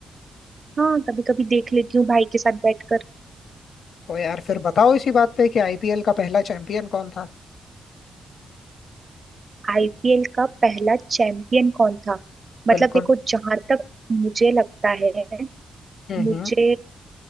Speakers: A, on the right; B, on the left.
A: हाँ कभी कभी देख लेती हूँ भाई के साथ बैठकर
B: तो यार फिर बताओ इसी बात पे कि आईपीएल का पहला चैंपियन कौन था
A: आईपीएल का पहला चैंपियन कौन था मतलब
B: बिल्कुल
A: देखो जहां तक मुझे लगता है
B: हम्म
A: मुझे
B: हम्म